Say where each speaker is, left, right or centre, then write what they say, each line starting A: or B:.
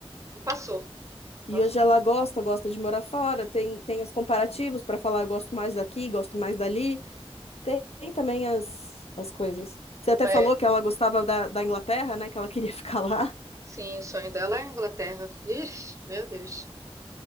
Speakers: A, on the right; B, on the left.
A: e passou,
B: E
A: passou.
B: hoje ela gosta, gosta de morar fora, tem, tem os comparativos para falar, eu gosto mais daqui, gosto mais dali. Tem, tem também as, as coisas. Você até
A: É,
B: falou que ela gostava da, da Inglaterra, né? Que ela queria <laughs> ficar lá.
A: sim, o sonho dela é a Inglaterra. Ixi, meu Deus.